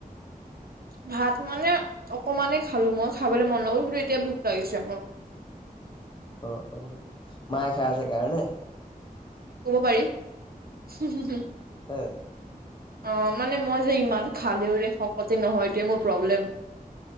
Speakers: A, on the right; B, on the left.
A: ভাত মানে অকমানেই খালো মই খাবলৈ মন নগ'ল কিন্তু এতিয়া ভোক লাগিছে মোৰ।
B: অ অ, মায়ে খাই আছে কাৰণে?
A: কব পাৰি হুম হুহ
B: হে
A: অ মানে মই যে ইমান খালেওঁ ৰে শকতে নহয় সেইটোৱে মোৰ প্ৰব্লেম।